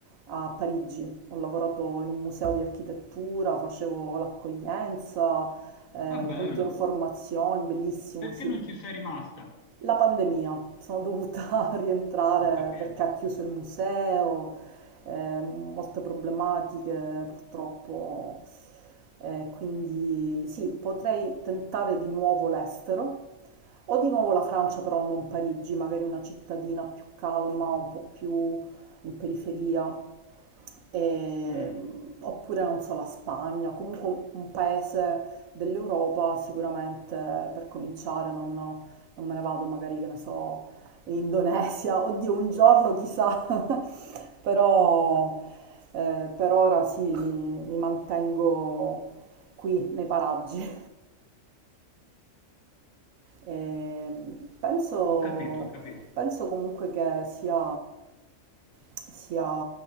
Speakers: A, on the right (about 80°); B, on the left (about 75°).
A: a Parigi. Ho lavorato in un museo di architettura, facevo l'accoglienza, eh,
B: Ah, bello.
A: il punto informazioni, bellissimo,
B: E Perché
A: sì.
B: non ci sei rimasta?
A: La pandemia, sono dovuta <laughs> rientrare
B: Ho capito.
A: perché ha chiuso il museo, eh, molte problematiche purtroppo, eh, quindi sì, potrei tentare di nuovo l'estero o di nuovo la Francia, però non Parigi, magari una cittadina più calma, un po' più in periferia e,
B: Mm,
A: oppure non so, la Spagna, comunque un paese dell'Europa sicuramente per cominciare non, non me ne vado magari, che ne so, in Indonesia, <laughs> oddio, un giorno chissà, <laughs> però eh, per ora sì, mi, mi mantengo qui nei paraggi. Ehm, penso,
B: Ho capito, ho capito.
A: penso comunque che sia, sia,